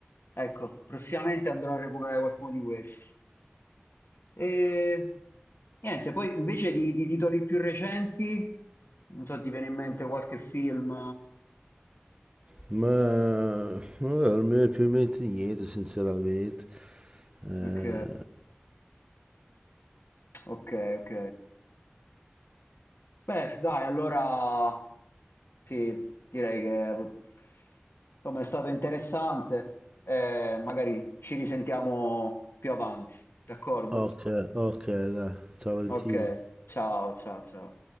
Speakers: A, on the left; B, on the right.
A: ecco, prossimamente andrò a recuperare qualcuno di questi. E niente, poi invece di, di titoli più recenti, non so, ti viene in mente qualche film?
B: ma eh, non mi viene più in mente niente, sinceramente. Eh,
A: Ok, ok, ok. Beh, dai, allora sì, direi che insomma è stato interessante. Eh, magari ci risentiamo più avanti, d'accordo?
B: ok, ok, dai, ciao Valentino.
A: Ok, ciao, ciao, ciao.